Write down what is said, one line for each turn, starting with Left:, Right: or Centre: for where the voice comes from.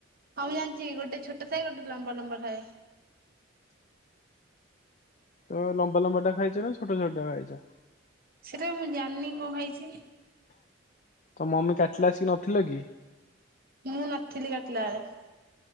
Right: ହଁ ମୁଁ ଜାଣିଚି। ଗୋଟେ ଛୋଟ ଥାଏ ଗୋଟେ ଲମ୍ବା ଲମ୍ବା ଥାଏ।
Left: ତମେ ଲମ୍ବା ଲମ୍ବାଟା ଖାଇଚ ନା ଛୋଟା ଛୋଟା ଖାଇଚ?
Right: ଏଟା ମୁଁ ଜାଣିନି କଣ ଖାଇଚି?
Left: ତମ ମମି କାଟିଲା ଆସିକି ନଥିଲ କି?
Right: ମୁଁ ନଥିଲି କାଟିଲା ବେଳେ।